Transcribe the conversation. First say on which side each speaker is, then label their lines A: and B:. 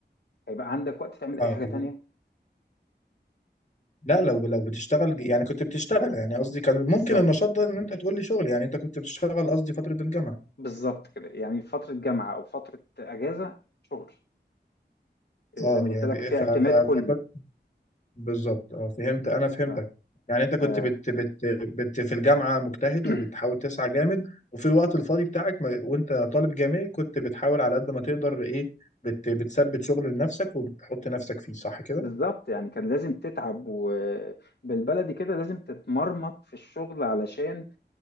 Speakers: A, on the left; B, on the left.
A: هيبقى عندك وقت تعمل اي
B: آه،
A: حاجة تانية
B: لا لو لو بتشتغل يعني كنت بتشتغل يعني قصدي كان ممكن
A: بالظبط
B: النشاط ده إن أنت تقول لي شغل يعني أنت كنت بتشتغل قصدي فترة الجامعة
A: بالظبط كده يعني فترة جامعة او فترة اجازة شغل آه، زي
B: اه
A: ما
B: يعني
A: قلت لك في
B: ف...
A: اعتماد
B: ف...
A: كلي
B: فكنت بالظبط اه فهمت انا فهمتك
A: ف-
B: يعني انت كنت
A: آه،
B: بت بت بت في الجامعه مجتهد
A: <clears throat>
B: وبتحاول تسعى جامد وفي الوقت الفاضي بتاعك ما وانت طالب جامعي كنت بتحاول على قد ما تقدر ايه بت بتثبت شغل لنفسك وبتحط نفسك فيه صح كده؟
A: بالظبط يعني كان لازم تتعب وبالبلدي كده لازم تتمرمط في الشغل علشان